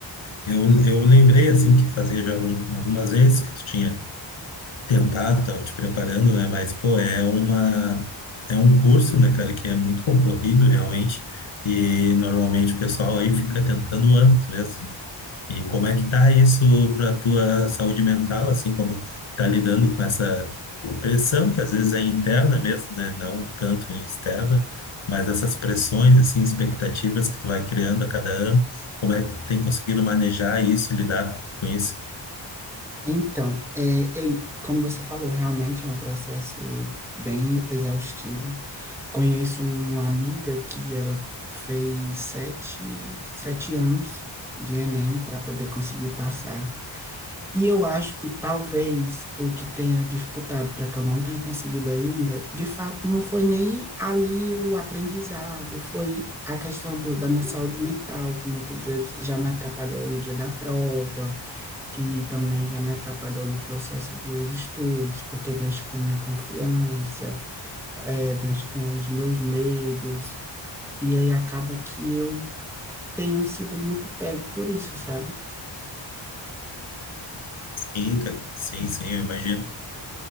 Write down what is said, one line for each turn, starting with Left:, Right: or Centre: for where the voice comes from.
Left: eu, eu lembrei, assim, que fazia já algum- algumas vezes que tu tinha tentado, tava te preparando, né? Mas, pô, é uma, é um curso, né, cara, que é muito concorrido, realmente, e normalmente o pessoal aí fica tentando anos mesmo. E como é que tá isso pra tua saúde mental, assim, como tá lidando com essa pressão que às vezes é interna mesmo, né? Não tanto externa, mas essas pressões, assim, expectativas que tu vai criando a cada ano, como é que tem conseguido manejar isso e lidar com isso?
Centre: Então, é, eu, como você falou, realmente é um processo bem exaustivo. Conheço uma amiga que ela fez sete, sete anos de Enem para poder conseguir passar. E eu acho que talvez o que tenha dificultado para que eu não tenha conseguido ainda, de fato, não foi nem ali o aprendizado, foi a questão do- da minha saúde mental, que muitas vezes já me atrapalhou no dia da prova, que também já me atrapalhou no processo dos estudos, porque mexe com minha confiança, eh, mexe com os meus medos, e aí acaba que eu tenho sido muito pego por isso, sabe?
Left: Sim, cara. Sim, sim, eu imagino.